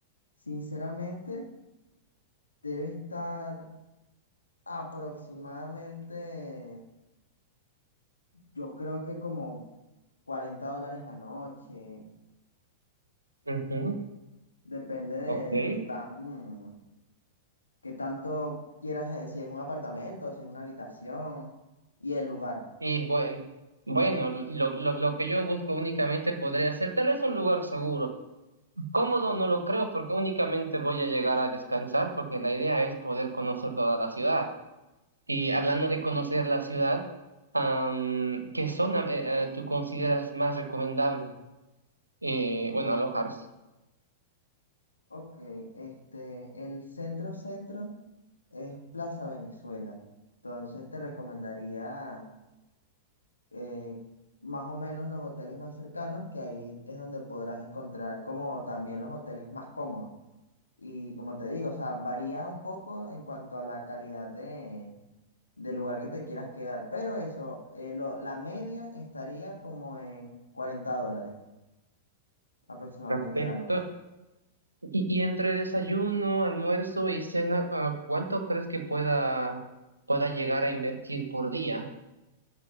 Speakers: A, on the left (about 85°); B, on the right (about 85°).
A: sinceramente, debe estar aproximadamente, yo creo que como 40 dólares la noche,
B: Ujú,
A: Depende de,
B: Ok.
A: de qué tan, qué tanto quieras, eh, si es un apartamento, si es una habitación y el lugar.
B: Y bueno, bueno, lo, lo, lo que yo busco únicamente podría ser tal vez un lugar seguro. Cómodo no lo creo porque únicamente voy a llegar a descansar porque la idea es poder conocer toda la ciudad. Y hablando de conocer la ciudad, am, ¿qué zona eh, eh, tú consideras más recomendable? Eh, bueno, alojarse.
A: Ok, este, el centro centro es Plaza Venezuela. Entonces te recomendaría eh, más o menos los hoteles más cercanos, que ahí es donde podrás encontrar como también los hoteles más cómodos. Y como te digo, o sea, varía un poco en cuanto a la calidad de del lugar que te quieras quedar. Pero eso, eh, lo- la media estaría como en 40 dólares aproximadamente
B: Perfecto.
A: la noche.
B: Y, y entre desayuno, almuerzo y cena, ah, ¿cuánto crees que pueda, pueda llegar a invertir por día?